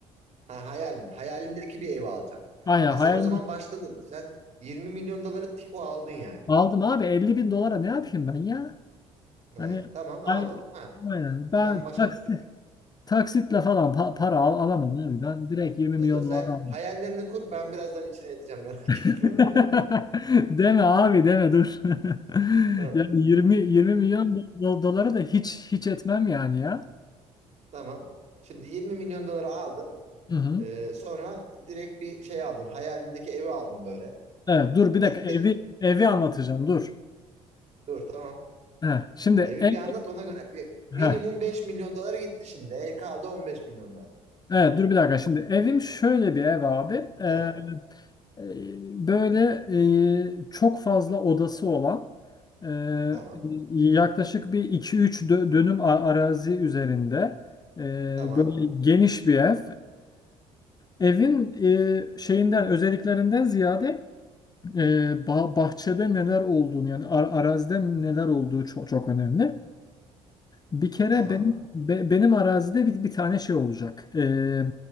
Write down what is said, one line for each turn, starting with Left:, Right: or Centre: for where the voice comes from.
Right: Ha hayalin. Hayalindeki bir evi alacaksın.
Left: Aynen
Right: Ha
Left: hayalini
Right: sen o zaman başladın. Sen 20 milyon doları tiko aldın yani.
Left: aldım abi. elli bin dolara ne yapayım ben ya?
Right: Ha,
Left: Hani
Right: tamam
Left: ay
Right: aldın. Ha,
Left: aynen. Ben
Right: ben başka
Left: taksi,
Right: türlü geleceğim.
Left: taksitle falan pa- para al alamam abi. Ben direkt 20 milyon
Right: Dur sen
Left: dolara aldım.
Right: hayallerini kur ben birazdan içine edeceğim merak <laughs> etme
Left: <laughs>
Right: diye.
Left: Deme abi deme dur. <laughs>
Right: Ha,
Left: Yani yirmi yirmi milyon do- doları da hiç hiç etmem yani ya.
Right: tamam. Şimdi 20 milyon doları aldın.
Left: Hı hı.
Right: Ee, sonra direkt bir şey aldın. Hayalindeki evi aldın böyle.
Left: Evet dur bir dakika
Right: Gitti.
Left: evi evi anlatacağım dur.
Right: Dur tamam.
Left: Heh, şimdi
Right: Evi
Left: ev
Right: bir anlat ona göre. Bir, minimum
Left: heh.
Right: 5 milyon dolara gitti şimdi. E, kaldı 15 milyon dolar.
Left: Evet dur bir dakika şimdi evim şöyle bir ev abi. Ee,
Right: Ha,
Left: e, böyle e, çok fazla odası olan e,
Right: tamam.
Left: yaklaşık bir iki üç dö- dönüm a- arazi üzerinde e,
Right: Tamam.
Left: böyle geniş bir ev. E, evin e, şeyinden özelliklerinden ziyade e, ba- bahçede neler olduğunu yani ar- arazide neler olduğu çok, çok önemli. Bir kere
Right: Tamam.
Left: benim be- benim arazide bir, bir tane şey olacak. Ee,